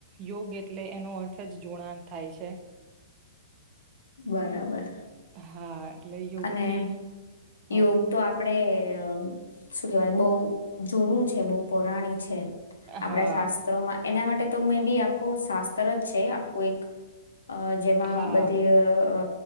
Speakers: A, on the right (about 35°); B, on the left (about 80°).
A: યોગ એટલે એનો અર્થ જ જુણાણ થાય છે.
B: બરાબર.
A: હા એટલે યોગથી
B: અને
A: હ
B: યોગ તો આપડે અ શું કેવાય બહુ જૂનું છે બહુ પૌરાણિક છે. આપડા
A: હા
B: શાસ્ત્રોમાં એના માટે તો મે બી આખું શાસ્ત્ર જ છે આખું એક. અ જેમાં
A: હા
B: બધી અ